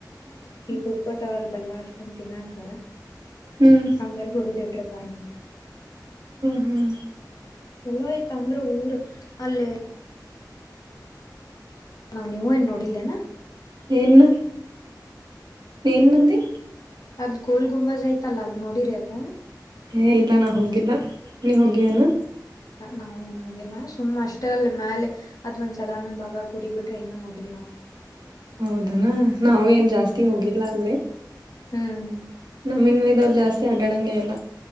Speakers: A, on the left; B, on the right.
A: ಈಗ ಹುರ್ಕೋತಾವಲ್ ಬೆಲ್ಲ ಹಚ್ಕೊಂಡ್ ತಿನ್ನಾಕ
B: ಹ್ಮ್
A: ಅಂಗಲ್ಲಿ ಉರದ ಇಟ್ಟಿರತಾರಂತ
B: ಹ್ಮ್
A: ಚಲೋ ಆಯ್ತ ಅಂದ್ರ ಊರ್ ಅಲ್ಲೇ ನಾವ್ ನೀವೂ ಏನ್ ನೋಡಿಲ್ಲೇನಾ
B: ಏನ್ನ ಏನಂದಿ
A: ಅದ ಗೋಲ್ ಗುಂಬಜ್ ಐತಲ್ಲಾ ಅಲ್ ನೋಡಿರಿ ಅದ
B: ಏ ಇಲ್ಲ ನಾ ಹೋಗಿಲ್ಲ ನೀ ಹೋಗಿಯಾನ.
A: ನಾವ್ ಏನು ಹೋಗಿಲ್ಲ ಸುಮ್ಮ್ ಅಷ್ಟ ಅಲ್ ಮೇಲೆ ಅದ್ ಒಂದ್ ಸದಾನಂದ್ ಬಾಬಾ ಗುಡಿ ಬಿಟ್ರೆ ಏನು ನೋಡಿಲ್ ನಾ
B: ಹೌದೆನಾ ನಾವು ಏನ್ ಜಾಸ್ತಿ ಹೋಗಿಲ್ಲ ಅಲ್ಲಿ.
A: ಹ್ಮ್
B: ನಮ್ಮಿನ್ <unintelligible> ಜಾಸ್ತಿ ಅಡ್ಡಾಡಂಗೆ ಇಲ್ಲ